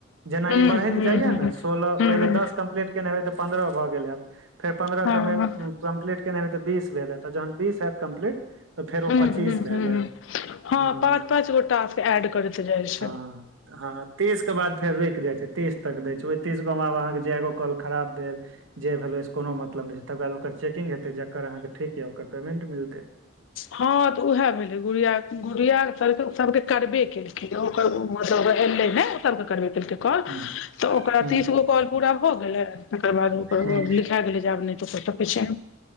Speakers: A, on the right; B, on the left.
A: जेना
B: हूँ
A: ई बड़हैत
B: हूँ
A: जायेना सोलह
B: हूँ
A: पहिले
B: हूँ
A: दस कम्प्लीट केन हेबै त पन्द्रह भ गेल हेत फेर पन्द्रह
B: हँ
A: पेमेंट कम्प्लीट केने हेबै तऽ बीस भेल हैत आ जहन बीस हैत कम्प्लीट तऽ फेर
B: हूँ
A: ओ
B: हूँ
A: पच्चीस
B: हूँ
A: भए जायत
B: हूँ ह
A: हँ
B: पाँच पाँच गो टास्क एड करैत जाइ छै
A: हँ हँ तीस के बाद फेर रुकि जाइ छै तीस तक दैत छै ओय तीस गो मे आब अहाँ के जेगो कॉल खराब भेल जे भेल ओय स कोनो मतलब नहि छै तकर बाद ओकर चेकिंग हेतै जकर अहाँ के ठीक ये ओकर पेमेंट मिलतै
B: हँ त उएह भेलै गुड़िया गुड़िया के चलते ऊ सभके करबे केलकै यो ओकर उ मतलब एले नए सब करबेेल कॉल
A: हूँ
B: त ओकरा
A: हूँ
B: तीस गो कॉल पूरा हो गेलै तकर बाद
A: हूँ
B: लिखा गेलै जे आब नए तू क सकय छै